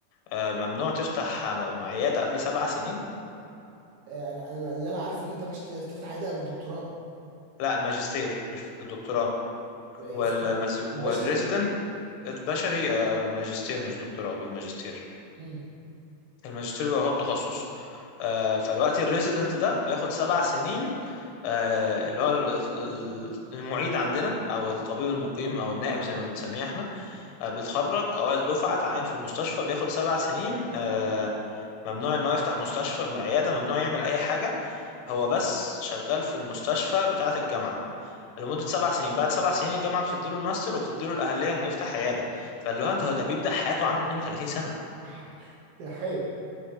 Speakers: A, on the left; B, on the right.
A: آه، ممنوع تفتح آه، عياده قبل سبع سنين
B: آه، انا أنا- اللي انا عارفه ان انت مش تفتح عيادة قبل الدكتوراه
A: لا الماجستير مش الدكتوراه
B: في
A: والمز...
B: في-
A: والريزيدنت
B: في البشري
A: البشري آه، ماجستير مش دكتوراه بالماجستير
B: امم
A: الماجستير بيبقى هو التخصص آه، فالوقت الريزيدنت ده بياخد سبع سنين آه، اللي هو ال- ال- المعيد عندنا او الطبيب المقيم او النائب زي ما بنسميه احنا آه، بيتخرج اوائل دفعه اتعين في المستشفى بياخد سبع سنين آه، ممنوع ان هو يفتح مستشفى عياده ممنوع يعمل اي حاجه هو بس شغال في المستشفى بتاعه الجامعه لمدة سبع سنين بعد سبع سنين الجامعة بتديله الماستر وبتديله الأهلية إنه يفتح عيادة فاللي هو أنت هو ده بيبدأ حياته عنده 32 سنة
B: ح- <laughs> يا حي